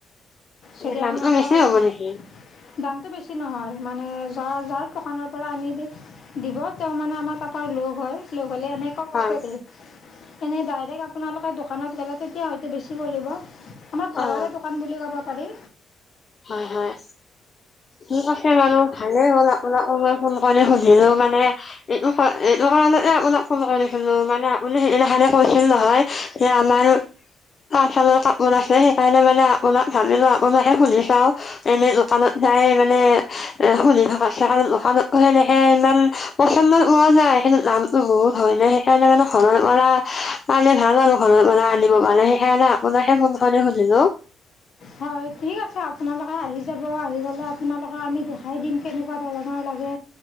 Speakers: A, on the left; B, on the left.
A: যদি
B: দাম
A: আপোনালোকক
B: বোৰ বেছি হব
A: লাগে
B: নেকি?
A: দামটো বেছি নহয় মানে য জাৰ দোকানৰ পৰা আনি দিয়ে তেওঁ মানে আমাৰ পাপৰ লগ হয় লগ হ'লে এনেকমতে
B: হয়
A: দেই এনেই ডাইৰেক্ট আপোনালোকে দোকানত গ'লে তেতিয়া হয়তো বেছি কি কৰিব? আমাৰ ঘৰৰে
B: অ
A: দোকান বুলি ক'ব পাৰি।
B: হয়- হয় ঠিক আছে মানু ভালেই হ'ল আপোনাকো মই ফোন কৰি সুধিলো মানে, এইটো- এইটো কাৰণতে আপোনাক ফোন কৰিলো মানে আপুনি সেইদিনাখনে কৈছিল নহয় যে আমাৰ তাতশালৰ কাপোৰ আছে সেইকাৰণে মানে ভাবিলো আপোনাকে সুধি চাও, এনেই দোকানত যায় মানে এ সুধি থাকাতচে সেইকাৰণে দোকানত সেনেকে ইমান পচন্দৰ পোৱা যায়, কিন্তু দামটো বহুত হয় ন সেইকাৰণে মানে ঘৰৰ পৰা পালে ভাল আৰু ঘৰৰ পৰা আনিব পালে সেইকাৰণে আপোনাকে ফোন কৰি সুধিলোঁ।
A: হয়, ঠিক আছে আপোনালোকে আহি যাব আহি পেলাই আপোনালোকক আমি দেখাই দিম কেনেকুৱা ধৰণৰ লাগে